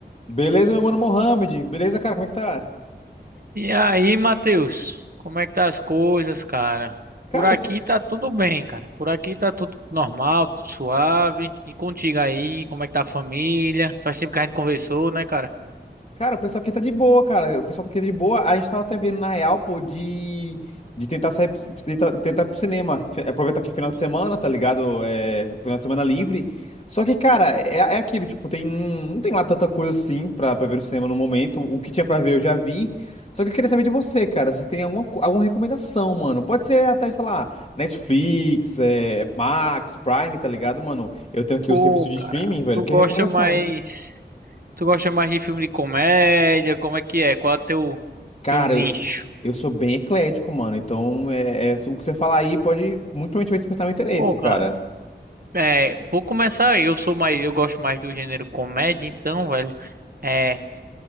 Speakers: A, on the left; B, on the right.
A: Beleza, meu mano Mohamed? Beleza, cara? Como é que tá?
B: E aí, Matheus, como é que tá as coisas, cara?
A: Cara,
B: Por aqui
A: eu tô,
B: tá tudo bem, cara. Por aqui tá tudo normal, tudo suave. E contigo aí, como é que tá a família? Faz tempo que a gente conversou, né, cara?
A: Cara, o pessoal aqui tá de boa, cara. O pessoal tá aqui de boa. A gente tava até vendo, na real, pô, de, de tentar sair, pro- de tentar, tentar ir pro cinema. Fi- Aproveitar que é final de semana, tá ligado? É, final de semana livre. Só que, cara, é, é aquilo, tipo, tem, um, não tem lá tanta coisa assim pra, pra ver no cinema no momento. O que tinha pra ver eu já vi. Só que eu queria saber de você, cara, se tem alguma, co- alguma recomendação, mano. Pode ser até, sei lá, Netflix, é, Max, Prime, tá ligado, mano? Eu tenho aqui
B: Pô,
A: o serviço de
B: cara,
A: streaming, velho.
B: tu
A: Que
B: gosta
A: recomendação?
B: mais, tu gosta mais de filme de comédia? Como é que é? Qual é o teu
A: Cara,
B: teu nicho?
A: Eu sou bem eclético, mano. Então, é, é- o que você falar aí pode muito provavelmente vai despertar meu interesse,
B: Pô, cara,
A: cara.
B: é, vou começar aí. Eu sou mais, eu gosto mais do gênero comédia, então, velho. É,